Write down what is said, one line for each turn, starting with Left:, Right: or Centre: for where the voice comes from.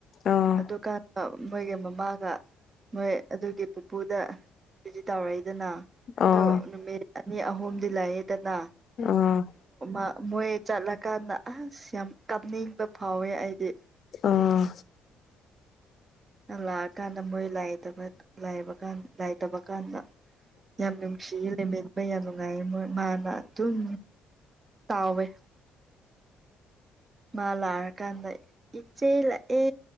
Left: ꯑ
Right: ꯑꯗꯨꯀꯥꯟꯗ ꯃꯣꯏꯒ ꯃꯃꯥꯒ ꯃꯣꯏ ꯑꯗꯨꯒꯤ ꯄꯨꯄꯨꯗ ꯚꯖꯤꯠ ꯇꯧꯔꯛꯏꯗꯅ
Left: ꯑꯣ
Right: ꯑꯗꯣ ꯅꯨꯃꯤꯠ ꯑꯅꯤ ꯑꯍꯨꯝꯗꯤ ꯂꯩꯌꯦꯗꯅ
Left: ꯑꯣ
Right: ꯑ ꯃꯣꯏ ꯆꯠꯂꯀꯥꯟꯗ ꯑꯁ ꯌꯥꯝ ꯀꯥꯞꯅꯤꯡꯕ ꯐꯥꯎꯋꯦ ꯑꯩꯗꯤ
Left: ꯑꯥ
Right: ꯂꯥꯛꯑꯀꯥꯟꯗ ꯃꯣꯏ ꯂꯥꯏ ꯂꯥꯏꯕ ꯀꯥꯟ ꯂꯥꯏꯇꯕ ꯀꯥꯟꯗ ꯌꯥꯝ ꯅꯨꯡꯁꯤꯃꯦ ꯌꯥꯝ ꯅꯨꯡꯉꯥꯏ ꯃꯣꯏ ꯃꯥꯅ ꯑꯗꯨꯝ ꯇꯥꯎꯋꯦ ꯃꯥ ꯂꯥꯛꯔꯀꯥꯟꯗ ꯏꯆꯦ ꯂꯥꯛꯑꯦ